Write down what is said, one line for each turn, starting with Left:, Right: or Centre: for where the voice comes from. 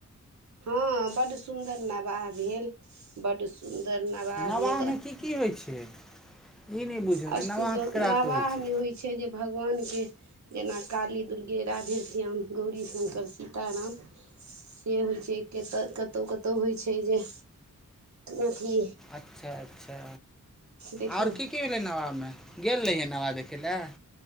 Right: हँ बड सुन्दर नवाह भेल बड सुन्दर नवाह
Centre: नवाहमे
Right: भेल
Centre: की की होइ छै ई नय बुझल
Right: अष्ट
Centre: नवहा
Right: जे
Centre: केकरा
Right: नवाहमे
Centre: कहइत छै,
Right: होइ छै जे भगवान के जेना काली दुर्गे राधेश्याम गौरी संकर सीताराम। से होइ छै कतय कतहु कतहु होइ छै जे अथी
Centre: अच्छा अच्छा
Right: देखियौ
Centre: आओर की की भेलै नवामे गेल रहियै नवाह देखै लए